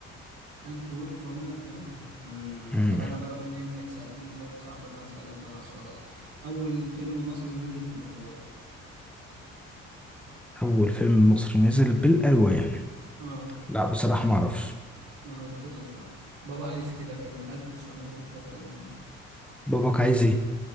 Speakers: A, on the right; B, in the centre.
A: 1440 مم،
B: مم.
A: طب أنا بقى بما إنك سألتني سؤال صعب أنا هسألك بقى سؤال أصعب أول فيلم مصري نزل بالألوان
B: أول فيلم مصري نزل بالألوان
A: آه
B: لا بصراحة ما أعرفش
A: أنا قلت لك صعب بابا عايز كده كان 1936
B: باباك عايز إيه؟